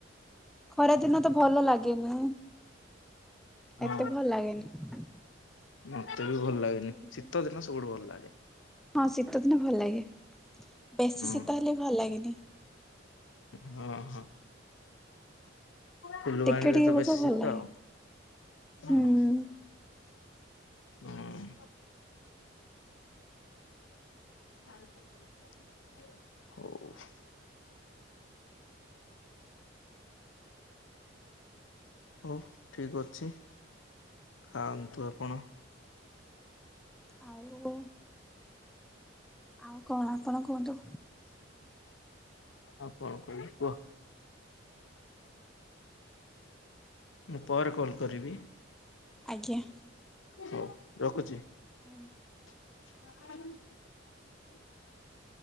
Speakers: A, in the centre; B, on the left.
A: ଖରା ଦିନ ତ ଭଲ ଲାଗେନି
B: ହଁ
A: ଏତେ ଭଲ ଲାଗେନି।
B: ମତେ ବି ଭଲ ଲାଗେନି
A: ହୁଁ
B: ଶୀତ ଦିନ ସବୁଠୁ ଭଲ ଲାଗେ।
A: ହଁ ଶୀତ ଦିନେ ଭଲ ଲାଗେ ବେଶୀ
B: ହୁଁ
A: ଶୀତ ହେଲେ ଭଲ ଲାଗେନି।
B: ହଁ ହଁ। ଫୁଲବାଣୀରେ
A: ଟିକେ ଟିକେ
B: ତ
A: ହଉଥିବ
B: ବେଶୀ ଶୀତ
A: ଭଲ ଲାଗେ
B: ଆଉ ହଁ।
A: ହୁଁ।
B: ହୁଁ। <unintelligible> ହଉ ଠିକ୍ ଅଛି ଖାଆନ୍ତୁ ଆପଣ।
A: ଆଉ। ଆଉ କଣ ଆପଣ କୁହନ୍ତୁ?
B: ଆଉ କଣ କହିବି କୁହ? ମୁଁ ପରେ କଲ୍ କରିବି।
A: ଆଜ୍ଞା।
B: ହୋଉ ରଖୁଚି।
A: ହୁଁ।
B: <unintelligible>